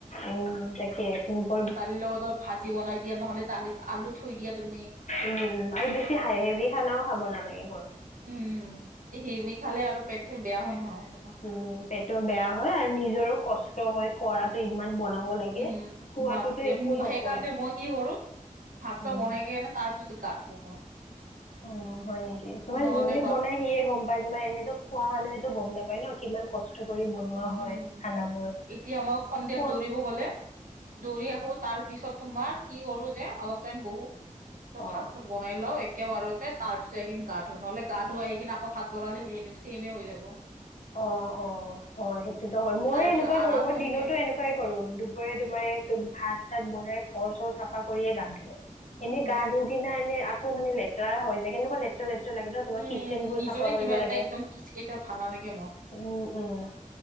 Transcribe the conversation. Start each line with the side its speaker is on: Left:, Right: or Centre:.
Left: উম তাকে, কিন্তু
Right: দালিৰ লগত ভাজি বনাই দিয়া নহ'লে দালিত আলু থৈ দিয়া তুমি।
Left: উম-উম আৰু বেছি হাই হেভি খানাও খাব নালাগে গৰমত।
Right: উম হেভি খালে আৰু পেটহে বেয়া হয় নহয় তোমাৰ
Left: উম পেটো বেয়া হয় আৰু নিজৰো কষ্ট হয়। কৰাটো ইমান বনাব লাগে,
Right: উম,
Left: খোৱাতো
Right: বাপৰে
Left: একো
Right: ম-
Left: নকয়।
Right: সেইকাৰণে মই কি কৰো ভাত চাত
Left: উম
Right: বনাই কেনে তাৰ পিছত গা ধুৱ মই।
Left: অ' হয় নেকি তোমাৰ
Right: নহ'লে
Left: যোনে
Right: বাপ
Left: বনাই সিয়ে গম পায় তোমাৰ এনেতো খোৱা মানুহেতো গম নাপায় ন'। কিমান কষ্ট কৰি বনোৱা
Right: উম।
Left: হয় খানাবোৰ।
Right: এতিয়া মই সন্ধিয়া
Left: <unintelligible>
Right: দৌৰিব গ'লে দৌৰি আহো তাৰ পিছত তোমাৰ কি কৰোঁ যে অলপ টাইম বহো, তাৰ পাছত
Left: অ'
Right: ভাত চাত বনাই লও একেবাৰতে তাৰ পিছত আহি গা ধুৱ, নহ'লে গা ধুই আহি কিনে আকৌ ভাত বনালে সেই চেমে হৈ যাব।
Left: অ'-অ' হয় সেইটোতো হয় মই
Right: তাৰ পিছত
Left: এনেকুৱাই
Right: আৰাম
Left: কৰোঁ মই
Right: থাকে
Left: দিনতো এনেকে প্ৰিয়াই কৰোঁ দুপৰীয়া তোমাৰ ভাত চাত বনাই ঘৰ চৰ চাফা কৰিয়ে গা ধো।
Right: উম
Left: এনেই গা ধুই কিনা এনে আকৌ মানে লেতেৰা হৈ যায় কেনেকুৱা লেতেৰা লাগে ন' তোমাৰ
Right: উম
Left: কিচেনবোৰ
Right: উম নিজৰে
Left: চাফা কৰিব
Right: কিবা এটা
Left: লাগে।
Right: একদম কিচ কেইটা ভাল নালাগে মোৰ।
Left: উম-উম।